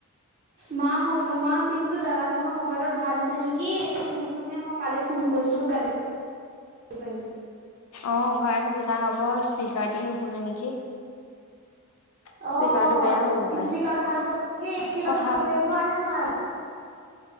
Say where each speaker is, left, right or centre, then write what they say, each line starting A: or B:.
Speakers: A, on the right; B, on the left.
A: মা ম মা চিমটো দাদা ভাগৰ মোবাইলত ভৰাই থৈছে নেকি, একো নুশুনে মই কালি ফোন কৰিছিলোঁ গালি <unintelligible>
B: অ ভৰাই থৈছে তা হ'ব স্পীকাৰটো নুশুনে নেকি।
A: <unintelligible>
B: স্পীকাৰটো বেয়া হ'ব পাৰে। কথা